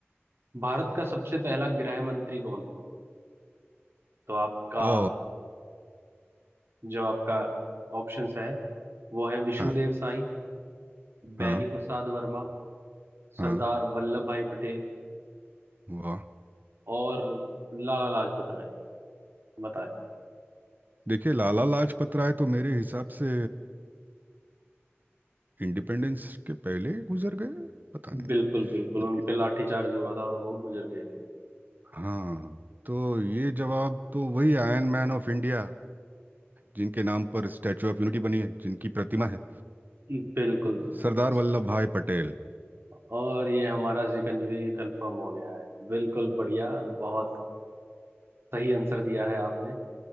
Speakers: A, on the right; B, on the right.
A: भारत का सबसे पहला गृह मंत्री कौन था? तो आपका
B: ओ
A: जो आपका ऑप्शंस है वो है विष्णुदेव
B: हाँ
A: साई बैनी
B: हाँ
A: प्रसाद वर्मा
B: हाँ
A: सरदार वल्लभ भाई पटेल
B: वाह
A: और लाला लाजपत राय बताए
B: देखिए लाला लाजपत राय तो मेरे हिसाब से इंडिपेंडेंस के पहले ही गुजर गए पता नहीं
A: बिल्कुल बिल्कुल
B: लेकिन
A: उन पे लाठीचार्ज हुआ था और वो गुजर गए थे
B: हाँ तो ये जवाब तो वही आयरन मैन ऑफ इंडिया जिनके नाम पर स्टैचू ऑफ यूनिटी बनी है जिनकी प्रतिमा है
A: बिल्कुल बिल्कुल
B: सरदार वल्लभ भाई पटेल
A: और ये हमारा सिकंजवी कंफर्म हो गया है बिल्कुल बढ़िया बहुत सही आंसर दिया है आपने